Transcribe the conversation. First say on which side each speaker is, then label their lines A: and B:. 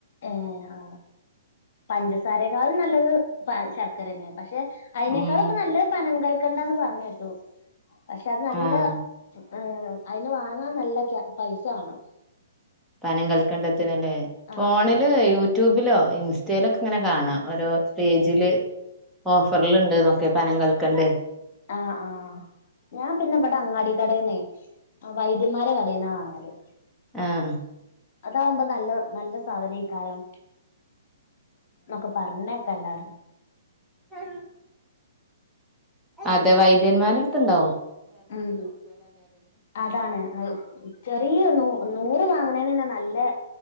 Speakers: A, on the left; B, in the centre.
A: ഏ ആ പഞ്ചസാരക്കാലം നല്ലത് ശർക്കര തനെയ പക്ഷെ അതിനേക്കാളൊക്കെ
B: ഉം
A: നല്ലൊരു പനം കല് കേക്കണ്ടന്ന് പറഞ്ഞ കേട്ടു പക്ഷെ അത് നല്ല
B: ആഹ്
A: ആ അതിന് വാങ്ങാൻ നല്ല പൈസ വേണം
B: പനം കൽക്കണ്ടം ത്തില്ലേ ഫോണില്
A: ആ ആ
B: യൂട്യൂബ് ിലോ ഇൻസ്റ്റയിലൊക്കെ ഇങ്ങനെ കാണാം ഓരോ പേജില് ഓഫറൽുണ്ട് നോക്കെ പനം കൾക്കണ്ടേ
A: ആ ആഹ ഞാൻ പിന്നെ ഇവിടെ അങ്ങാടി കടന്നെ വൈദ്യ ഇരുമാരെ കടയിന്നാ വാങ്ങല്
B: ആഹ്
A: അതാവുമ്പോ നല്ല നല്ല സാധനേ കാരം എന്നൊക്കെ പറഞ്ഞ ഒക്കെ എല്ലാരും
B: ആഹ അതെ വൈദ്യന്മാരുടുത്ത്ുണ്ടാവും
A: ഉ അതാണ് ചെറിയ നൂ നൂറ് വാങ്ങണേന് തന്നെ നല്ല